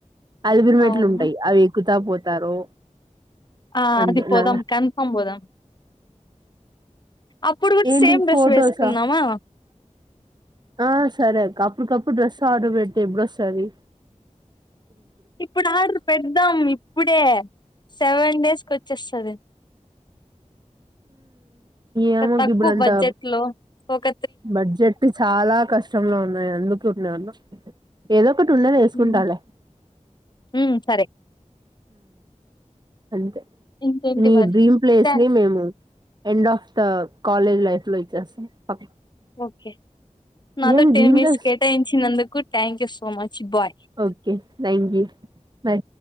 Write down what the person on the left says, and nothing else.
అవును.
ఆ
అదిపోదాం
కన్ఫామ్ పోదాం అప్పుడు గూడా
సేమ్ డ్రెస్
వేసుకుందామా?
ఇప్పుడు ఆర్డర్ పెడద్దాం ఇప్పుడే సెవెన్ డేస్ కి వచ్చేస్తది
తక్కువ
బడ్జెట్‌లో ఒక
హ్మ్. హ్మ్. సరే.
ఇంకేంటి
మరి?
థా
ఓకే నాతో
టెన్
మినిట్స్
కేటాయించినందుకు thank you so much bye